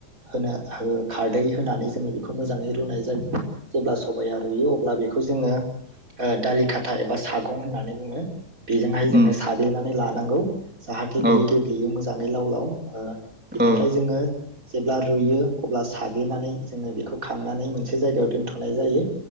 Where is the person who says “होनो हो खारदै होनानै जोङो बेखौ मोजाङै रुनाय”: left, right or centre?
Right